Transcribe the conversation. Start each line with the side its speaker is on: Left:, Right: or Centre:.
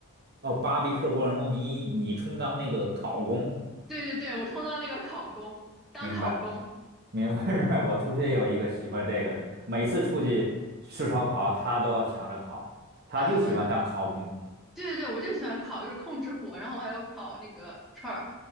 Right: 哦 barbecue 过程中你你充当那个烤工？
Centre: 对对对，我充当那个烤工，当烤工
Right: 明白，明白，<laughs> 明白。我同学有一个喜欢这个的，每次出去吃烧烤，他都要抢着烤，他就喜欢当烤工。
Centre: 啊，就对对对，我就喜欢烤，就是控制火，然后还有烤那个串儿，